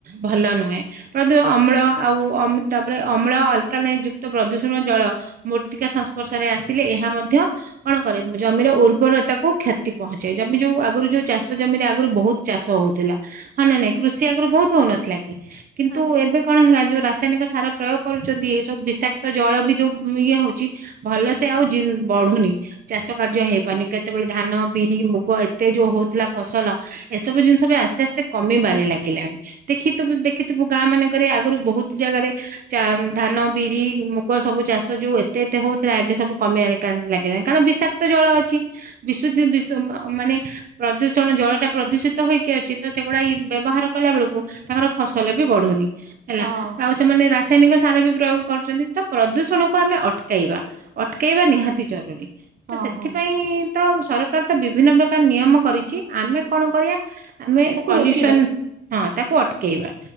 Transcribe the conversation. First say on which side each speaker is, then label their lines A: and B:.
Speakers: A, on the right; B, on the right.
A: ଭଲ ନୁହେଁ। ପ୍ରଦ ଅମ୍ଳ ଆଉ ଅମ ତାପରେ ଅମ୍ଳ ଅଲକା ନେଇ ଯୁକ୍ତ ପ୍ରଦୂଷଣ ଜଳ। ମୂର୍ତ୍ତିକା ସଂସ୍ପର୍ଶରେ ଆସିଲେ ଏହା ମଧ୍ୟ। କଣ କରେ ଉଁ ଜମିର ଉର୍ବରତା କୁ କ୍ଷତି ପହଞ୍ଚାଏ। ଜମି ଯୋଉ ଆଗରୁ ଯୋଉ ଚାଷ ଜମିରେ ଆଗରୁ ବହୁ। ଚାଷ ହଉଥିଲା ହଁ ନା ନାଇଁ? କୃଷି ଆଗରୁ ବହୁତ ହଉନଥିଲା କି କିନ୍ତୁ
B: ଆଜ୍ଞା
A: ଏବେ। କଣ ହେଲା ଯୋଉ ରାସାୟନିକ ସାର ପ୍ରୟୋଗ କରୁଛନ୍ତି ଏ ସବୁ ବିଷାକ୍ତ ଜଳ ବି ଯୋଉ ଇଏ ହଉଛି ଭଲ ସେ ଆଉ ଜିନ ବଢୁନି। ଚାଷ କାର୍ଯ୍ୟ ହେଇପାରୁନି। କେତେବେଳେ ଧାନ, ବିରି, ମୁଗ ଏତେ ଯୋଉ ହଉଥିଲା ଫସଲ ଏସବୁ ଜିନିଷ ବି ଆସ୍ତେ ଆସ୍ତେ କମିବାରେ ଲାଗିଲାଣି। ଦେଖିଥିବୁ ଦେଖିଥିବୁ ଗାଁ ମାନଙ୍କରେ ଆଗରୁ ବହୁତ ଜାଗାରେ ଚା, ଧାନ, ବିରି, ମୁଗ୍ ଗ ସବୁ ଚାଷ ଯୋଉ ଏତେ ଏତେ ହଉଥାଏ ଏବେ ସବୁ କମିଆକୁ ଲାଗିଲାଇଁ କାରଣ ବିଷାକ୍ତ ଜଳ ଅଛି। ବିଶୁଦ୍ ବିଶ ମାନେ ପ୍ରଦୂଷଣ ଜଳ ଟା ପ୍ରଦୂଷିତ ହେଇକି ଅଛି ତ ସେଗୁଡା ବ୍ୟବହାର କଲା ବେଳକୁ ତାଙ୍କର ଫସଲ ବି ବଢୁନି। ହେଲା।
B: ହଁ
A: ଆଉ ସେମାନେ ରାସାୟନିକ ସାର ବି ପ୍ରୟୋଗ କରୁଛନ୍ତି ତ ପ୍ରଦୂଷଣକୁ ଆମେ ଅଟ କେଇବା ଅଟକେଇବା
B: ଆଜ୍ଞା।
A: ନିହାତି ଜରୁରୀ।
B: ହଁ
A: ତ ସେଥିପାଇଁ
B: ହଁ।
A: ତ ସରକାର ତ ବିଭିନ୍ନ ପ୍ରକାର ନିୟମ କରିଛି। ଆମେ କଣ କରି ଆ ଆମେ
B: ତାକୁ
A: ପଲ୍ୟୁସନ
B: ରୋକିବା।
A: ହଁ ତାକୁ ଅଟକେଇବା।